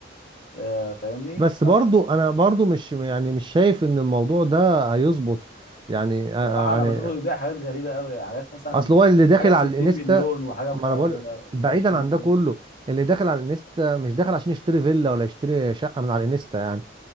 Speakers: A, on the left (about 45°); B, on the right (about 25°).
A: آه، فاهمني
B: بس برضو انا برضو مش يعني مش شايف ان الموضوع ده هيظبط يعني
A: بصراحه
B: آه، آه،
A: انا
B: يعني
A: بشوفه بيبيع حاجات غريبه قوي يعني حاجات مثلا
B: اصل هو اللي داخل
A: حاجه ب
B: على
A: 60
B: الانستا
A: مليون وحاجه
B: ما انا بقول
A: ب
B: بعيدا
A: 20
B: عن
A: مليون
B: ده كله اللي داخل على الانستا مش داخل عشان يشتري فيلا ولا يشتري شقه من على الانستا يعني